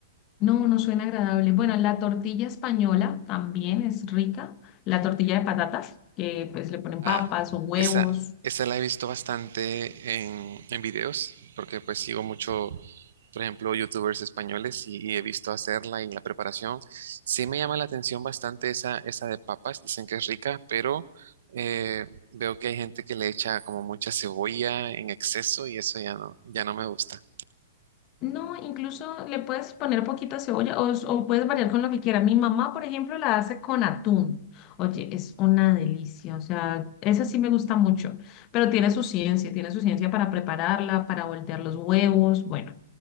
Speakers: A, on the left; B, on the right.
A: no, no suena agradable. Bueno, la tortilla española también es rica, la tortilla de patatas, que pues le ponen
B: Ah,
A: papas o huevos
B: esa, esa la he visto bastante en, en videos, porque pues sigo mucho, por ejemplo, youtubers españoles y, y he visto hacerla y la preparación. Sí me llama la atención bastante esa, esa de papas, dicen que es rica, pero eh, veo que hay gente que le echa como mucha cebolla en exceso y eso ya no, ya no me gusta.
A: No, incluso le puedes poner poquita cebolla o, s- o puedes variar con lo que quieras. Mi mamá, por ejemplo, la hace con atún. Oye, es una delicia. O sea, esa sí me gusta mucho, pero tiene su ciencia, tiene su ciencia para prepararla, para voltear los huevos, bueno,